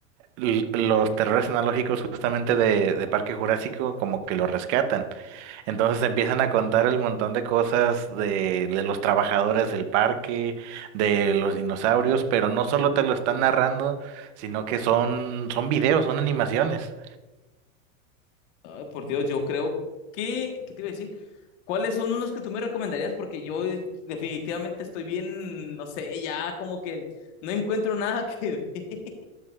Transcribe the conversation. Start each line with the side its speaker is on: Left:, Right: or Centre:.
Right: l- los terrores analógicos justamente de, de Parque Jurásico como que lo rescatan. Entonces empiezan a contar el montón de cosas de, de los trabajadores del parque, de los dinosaurios, pero no solo te lo están narrando, sino que son, son videos, son animaciones.
Left: Ay, por Dios, yo creo que, ¿qué te iba a decir? ¿Cuáles son unos que tú me recomendarías? Porque yo definitivamente estoy bien, no sé, ya como que no encuentro nada que ver.